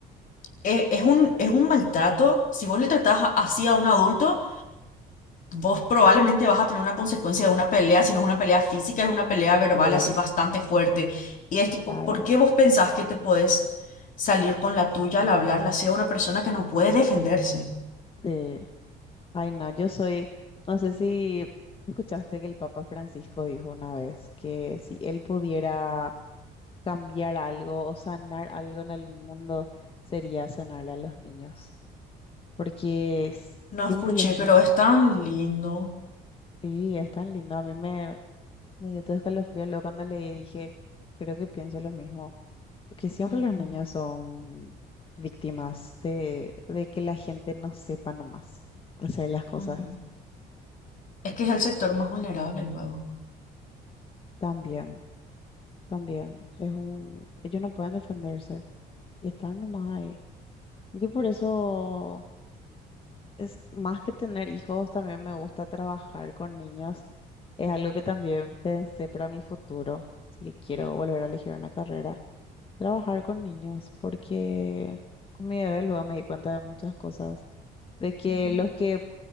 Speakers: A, on the left; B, on the left.
A: E- Es, un, es un maltrato. Si vos le tratás a- así a un adulto, vos probablemente vas a tener una consecuencia de una pelea, si no es una pelea física, es una pelea verbal
B: Sí,
A: así bastante fuerte. Y es tipo,
B: claro,
A: ¿por qué vos pensás que te podés salir con la tuya al hablarla así a una persona que no puede defenderse?
B: sí. Ay, no, yo soy, no sé si escuchaste que el Papa Francisco dijo una vez que si él pudiera cambiar algo o sanar algo en el mundo, sería sanar a los niños, porque s- siempre
A: No escuché,
B: los niños,
A: pero es tan lindo.
B: sí, es tan lindo. A mí me, me dio todo escalofrío luego cuando leí, dije, creo que pienso lo mismo. Porque siempre
A: Ujú,
B: los niños son víctimas de, de que la gente no sepa nomás hacer las cosas.
A: ujú. Es que es el sector más vulnerable luego.
B: También, también. Es un, ellos no pueden defenderse y están nomás ahí. Yo por eso, es, más que tener hijos, también me gusta trabajar con niños. Es algo que también pensé para mi futuro, si quiero volver a elegir una carrera, trabajar con niños, porque con mi bebé luego me di cuenta de muchas cosas de que
A: Ujú.
B: los que